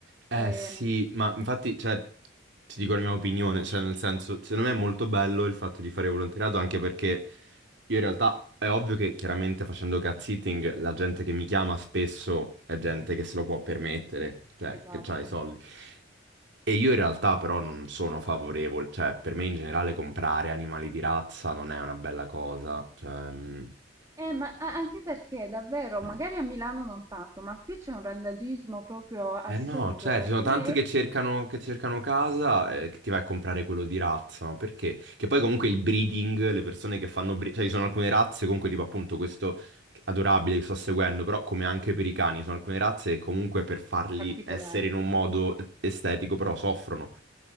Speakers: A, on the right (about 75°); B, on the right (about 20°).
A: Eh
B: ehm,
A: sì, ma infatti, cioè, ti dico la mia opinione, cioè nel senso, secondo me è molto bello il fatto di fare volontariato anche perché io in realtà è ovvio che chiaramente facendo cat-sitting la gente che mi chiama spesso è gente che se lo può permettere, cioè
B: esatto.
A: che ha i soldi. E io in realtà però non sono favorevole, cioè per me in generale comprare animali di razza non è una bella cosa, cioè... mm,
B: Eh, ma a- anche perché davvero,
A: no.
B: magari a Milano non tanto, ma qui c'è un randagismo proprio assurdo,
A: Eh no, cioè,
B: eh.
A: ci sono
B: Qui
A: tanti che cercano, che cercano casa eh, che ti vai a comprare quello di razza, ma perché? Che poi comunque il breeding, le persone che fanno bre- cioè ci sono alcune razze comunque tipo appunto questo adorabile che sto seguendo, però come anche per i cani, sono alcune razze che comunque per farli
B: Particolari.
A: essere in un modo estetico però soffrono.